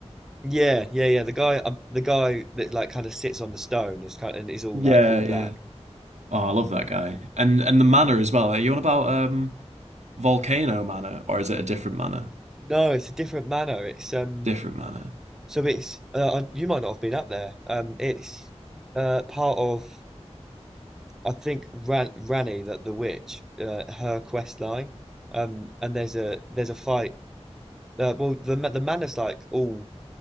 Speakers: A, in the centre; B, on the right (about 80°).
A: Yeah, yeah, yeah. The guy, um, the guy that like kind of sits on the stone is kind and is all
B: Yeah,
A: like all
B: yeah.
A: black.
B: Oh, I love that guy. And and the manor as well. Are you on about um Volcano Manor or is it a different manor?
A: No, it's a different manor. It's um.
B: Different manor.
A: So it's uh, uh, you might not have been up there. Um, it's uh part of I think Ran Rani that the witch uh, her quest line. Um, and there's a there's a fight. Uh, well, the ma- the manor's like all